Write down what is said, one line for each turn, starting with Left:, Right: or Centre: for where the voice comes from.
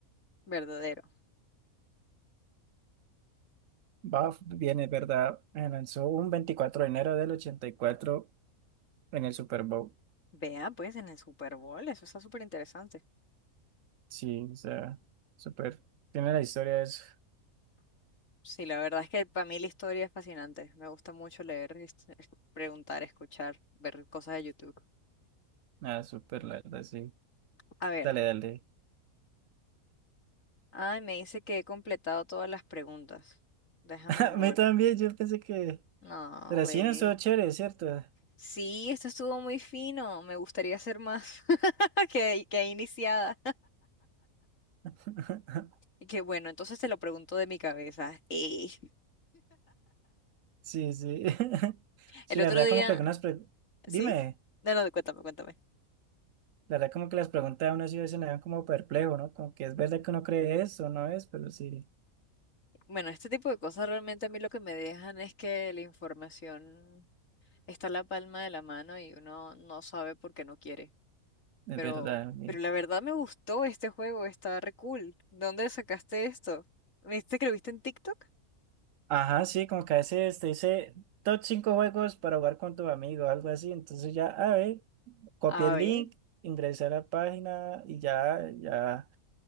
Left: Verdadero.
Right: Va, viene, ¿verdad? Eh, Lanzó un 24 de enero del 84 en el Super Bowl.
Left: Vea, pues en el Super Bowl, eso está súper interesante.
Right: Sí, o sea, súper. Tiene la historia de eso.
Left: Sí, la verdad es que para mí la historia es fascinante. Me gusta mucho leer, es- es- preguntar, escuchar, ver cosas de YouTube.
Right: Ah, súper, la verdad, sí.
Left: A ver.
Right: Dale, dale.
Left: Ay, me dice que he completado todas las preguntas. Déjame,
Right: <laughs> A
Left: me
Right: mí
Left: voy.
Right: también, yo pensé que...
Left: No,
Right: Pero
Left: güey.
Right: sí, no estuvo chévere, ¿cierto?
Left: Sí, esto estuvo muy fino. Me gustaría hacer más <laughs> que, que iniciada.
Right: <laughs>
Left: Y que bueno, entonces te lo pregunto de mi cabeza. Eh,
Right: Sí, sí. <laughs> Sí,
Left: el otro
Right: la verdad
Left: día,
Right: como que algunas... pre- Dime,
Left: ¿sí? No, no, cuéntame, cuéntame.
Right: la verdad como que las preguntas de uno sí a veces me dan como perplejo, ¿no? Como que es verdad que uno cree eso, ¿no es? Pero sí,
Left: Bueno, este tipo de cosas realmente a mí lo que me dejan es que la información está a la palma de la mano y uno no sabe por qué no quiere.
Right: es
Left: Pero,
Right: verdad. sí.
Left: pero la verdad me gustó este juego, está re cool. ¿Dónde sacaste esto? ¿Me dijiste que lo viste en TikTok?
Right: Ajá, sí, como que a veces te dice top 5 juegos para jugar con tu amigo, algo así. Entonces ya, a ver, copié
Left: A
Right: el
Left: ver,
Right: link, ingresé a la página y ya, ya,